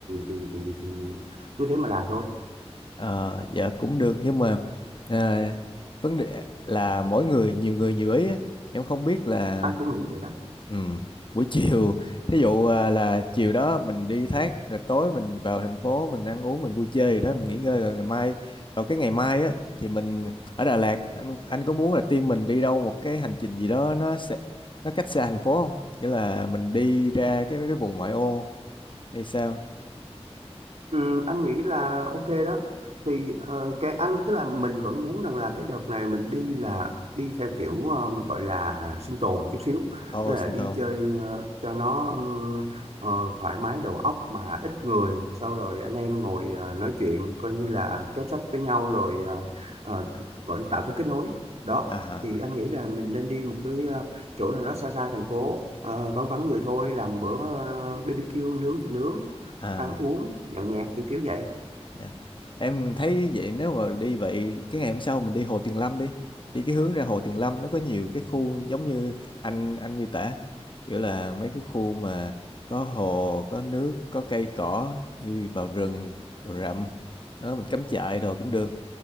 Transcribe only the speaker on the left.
Ờ, dạ cũng được nhưng mà à, vấn đề là mỗi người nhiều người nhiều ý á. Em không biết là
ừm, buổi <laughs> chiều thí dụ à, là chiều đó mình đi thác rồi tối mình vào thành phố mình ăn uống mình vui chơi gì đó mình nghỉ ngơi rồi ngày mai vào cái ngày mai á thì mình ở Đà Lạt anh, anh có muốn là team mình đi đâu một cái hành trình gì đó nó sẽ nó cách xa thành phố không? Nghĩa là mình đi ra cái cái vùng ngoại ô hay sao?
Ồ,
Sinh
Tồn.
À,
à,
à.
Dạ. Em thấy vậy nếu mà đi vậy cái ngày hôm sau mình đi Hồ Tuyền Lâm đi đi cái hướng ra Hồ Tuyền Lâm nó có nhiều cái khu giống như anh anh miêu tả kiểu là mấy cái khu mà có hồ có nước có cây cỏ như vào rừng vào rậm đó, mình cắm trại rồi cũng được